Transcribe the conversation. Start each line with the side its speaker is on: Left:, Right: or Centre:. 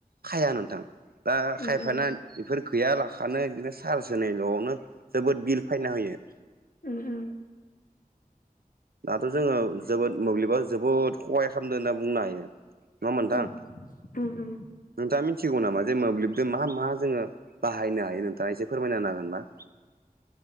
Right: खाया नोंथां दा
Left: उम
Right: खायफान
Left: उम
Right: बेफोर गैया लाखानो बिदिनो सार्ज होनायल'आवनो जोबोद बिल फायना होयो
Left: उम उम
Right: दाथ' जोङो जोबोद मोब्लिबा जोबोद हहाय खालामदों होनना बुंनो हायो। नङा होनबा नोंथां?
Left: औ उम उम
Right: नोंथाङा मिथिगौ नामा जे मोब्लिबजों मा मा जोङो बाहायनो हायो नोंथाङा एसे फोरमायना होनो हागोनबा?